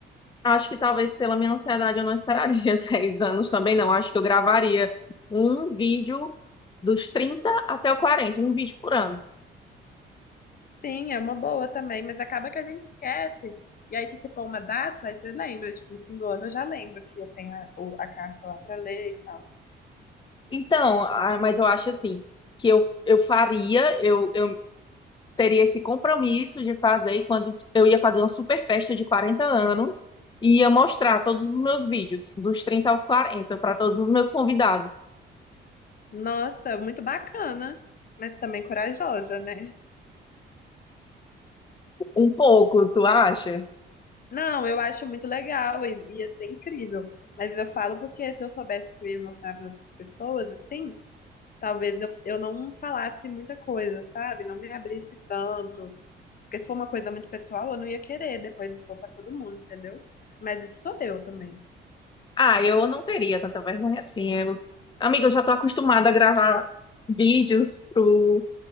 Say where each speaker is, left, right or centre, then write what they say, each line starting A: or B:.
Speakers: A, on the left; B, on the left.
A: Acho que talvez pela minha ansiedade eu não esperaria <laughs> 10 anos também, não. Acho que eu gravaria um vídeo dos 30 até o 40, um vídeo por ano.
B: Sim, é uma boa também, mas acaba que a gente esquece. E aí, se você pôr uma data, aí você lembra, tipo, no fim do ano eu já lembro que eu tenho a, o- a carta lá pra ler e tal.
A: Então, ah, mas eu acho assim, que eu, eu faria, eu, eu teria esse compromisso de fazer e quando eu ia fazer uma super festa de 40 anos e ia mostrar todos os meus vídeos, dos 30 aos 40 para todos os meus convidados.
B: Nossa, muito bacana, mas também corajosa, né?
A: Um pouco, tu acha?
B: Não, eu acho muito legal e e ia ser incrível. Mas eu falo porque se eu soubesse que eu ia mostrar para outras pessoas, assim, talvez eu, eu não falasse muita coisa, sabe? Não me abrisse tanto. Porque se for uma coisa muito pessoal, eu não ia querer depois expor para todo mundo, entendeu? Mas isso sou eu também.
A: Ah, eu não teria tanta vergonha assim. Eu... Amiga, eu já tô acostumada a gravar vídeos pro,